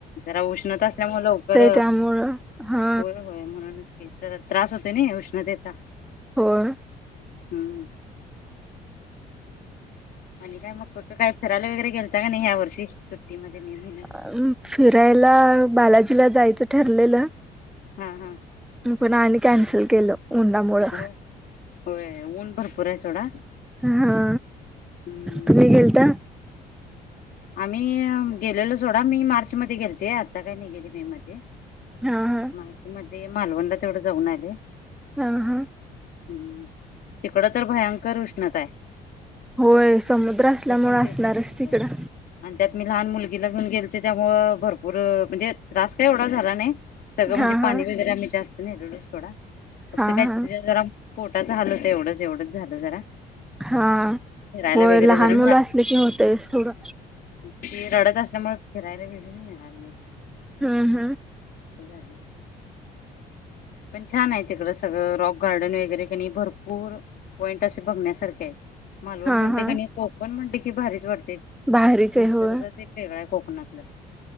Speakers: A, on the left; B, in the centre.
A: जरा उष्णता असल्यामुळं लवकर,
B: त्यामुळं हा
A: होय-होय म्हणूनच की, जरा त्रास होतोय नई उष्णतेचा.
B: होय.
A: हं.... आणि काय मग कुठं काय फिरायला वगैरे गेलता का नाही या वर्षी सुट्टीमध्ये मे महिन्यात?
B: अं, फिरायला बालाजीला जायचं ठरलेलं,
A: हां हां.
B: पण आणि कॅन्सल केलं उन्हामुळं.
A: होय होय ऊन भरपूर हाय सोडा.
B: हा
A: हम्म
B: तुम्ही गेलता?
A: आम्ही गेलेलो सोडा मी मार्च मध्ये गेलते, आता काय नाही गेले मे मध्ये,
B: हां हां.
A: <unintelligible> मध्ये मालवणला तेवढं जाऊन आले.
B: हां हां.
A: हूं... तिकडं तर भयंकर उष्णता हाय.
B: होय समुद्र असल्यामुळं
A: म्हणजे
B: असणारच
A: भरपूर
B: तिकडं.
A: आणि त्यात मी लहान मुलगीला घेऊन गेलते त्यामुळं, भरपूर म्हणजे त्रास काय एवढा झाला नाही. सगळं म्हणजे
B: हा
A: पाणी
B: हा
A: वगैरे आम्ही जास्त न्हेलेलो सोडा फक्त
B: हा
A: काय
B: हा
A: ज जरा पोटाचं हाल होतंय एवढंच, एवढंच झालं जरा.
B: हां
A: फिरायला
B: होय
A: वगैरे
B: लहान
A: जरा
B: मुलं असले की होतयच थोडं.
A: ही रडत असल्यामुळे फिरायला वेगळं मिळालं नाही.
B: हां.. हां..
A: -ता झालं. पण छान आहे तिकडं सगळं रॉक गार्डन वगैरे कणी भरपूर पॉइंट असे बघण्यासारखे आहेत. मालवण
B: हा
A: म्हटलं
B: हा
A: कणी कोकण म्हटलं की भारीच वाटतंय,
B: भारीच आहे
A: निसर्गच
B: होय
A: एक वेगळं आहे कोकणातलं.